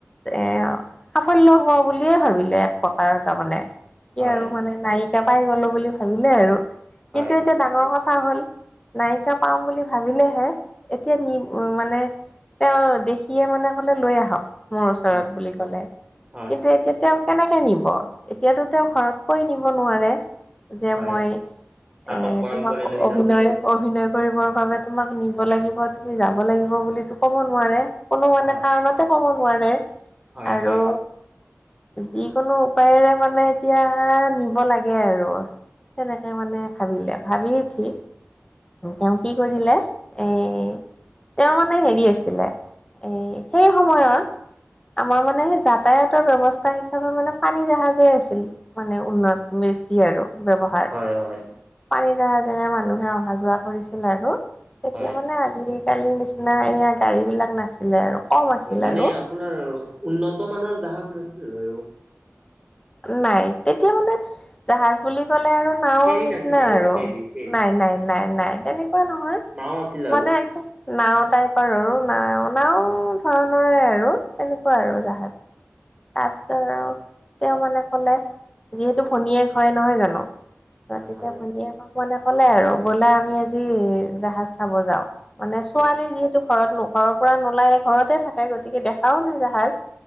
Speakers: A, on the left (about 20°); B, on the right (about 20°).
A: এ', সাফল্য হোৱা বুলিয়ে ভাবিলে এক প্ৰকাৰৰ তাৰমানে কি
B: হয়
A: আৰু মানে নায়িকা পাই গ'লো বুলি ভাবিলে আৰু
B: হয়
A: কিন্তু এতিয়া ডাঙৰ কথা কথা হ'ল নায়িকা পাম বুলি ভাবিলেহে এতিয়া নি <unintelligible> মানে তেওঁ দেখিয়ে মানে ক'লে লৈ আহক মোৰ ওচৰত
B: হয়
A: বুলি কলে
B: হয়
A: কিন্তু এতিয়া তেওঁক কেনেকৈ নিব? এতিয়াতো তেওঁক ঘৰত কৈ নিব নোৱাৰে। যে,
B: হয়
A: মই
B: নাটক
A: এ',
B: কৰিবলৈ
A: তোমাক
B: লৈ
A: অভিনয়
B: যাম
A: অভিনয় কৰিবৰ বাবে তোমাক নিব লাগিব তুমি যাব লাগিব বুলিতো ক'ব নোৱাৰে। কোনো মানে
B: হয়
A: কাৰণতে ক'ব নোৱাৰে
B: হয়
A: আৰু
B: হয়
A: যিকোনো উপায়েৰে মানে এতিয়া নিব লাগে আৰু তেনেকে মানে ভাবিলে ভাবি উঠি! তেওঁ কি কৰিলে এই তেওঁ মানে হেৰি আছিলে এ' সেই সময়ত আমাৰ মানে সেই যাতায়াতৰ ব্যৱস্থা হিচাপে মানে পানী জাহাজেই আছিল। মানে উন্নত বেছি আৰু ব্যৱহাৰ
B: হয় হয়
A: পানী জাহাজেৰে মানুহে অহা যোৱা কৰিছিল আৰু তেতিয়া
B: হয়
A: মানে আজিকালি নিচিনা এয়া গাড়ী বিলাক নাছিলে আৰু কম আছিল
B: হয়, মানে
A: আৰু
B: আপোনাৰ উন্নত মানৰ জাহাজ নাছিল আৰু
A: নাই তেতিয়া মানে জাহাজ বুলি ক'লে আৰু নাওঁৰ
B: ফেৰী
A: নিচিনা
B: নাছিল
A: আৰু
B: ফেৰী ফেৰী
A: নাই, নাই, নাই, নাই তেনেকুৱা নহয়
B: নাও আছিল আৰু
A: মানে একদম। নাওঁ টাইপ আৰু আৰু নাওঁ ধৰণৰে আৰু তেনেকুৱা
B: হয়
A: আৰু জাহাজ তাৰপিছত আৰু তেওঁ মানে ক'লে যিহেতু ভনীয়েক হয় নহয় জানো? তাৰপিছত
B: হয়
A: ভনীয়েকক মানে ক'লে আৰু ব'লা আমি আজি জাহাজ চাব যাওঁ। মানে ছোৱালী
B: হয়
A: যিহেতু ঘৰত নো ঘৰৰ পৰা নোলাই ঘৰতে থাকে গতিকে দেখাও নাই জাহাজ